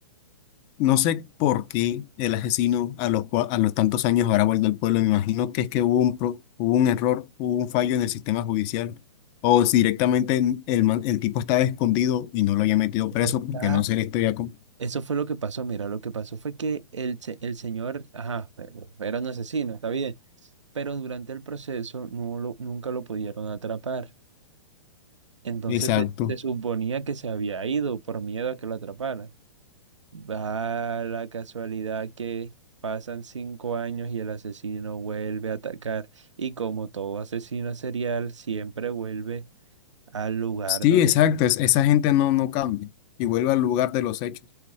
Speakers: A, on the left; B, on the right.
A: No sé por qué el asesino a los, cua- a los tantos años habrá vuelto al pueblo. Me imagino que es que hubo un, pro- hubo un error, hubo un fallo en el sistema judicial. O si directamente en- el, man- el tipo estaba escondido y no lo haya metido
B: Exacto.
A: preso porque no sé la historia. con-
B: Eso fue lo que pasó. Mira, lo que pasó fue que el, se- el señor, ajá, era un asesino, está bien, pero durante el proceso no lo, nunca lo pudieron atrapar. Entonces
A: Exacto.
B: se, se suponía que se había ido por miedo a que lo atraparan. Va la casualidad que pasan cinco años y el asesino vuelve a atacar. Y como todo asesino serial, siempre vuelve al lugar
A: Sí,
B: donde...
A: exacto. es- esa gente no, no cambia y vuelve al lugar de los hechos.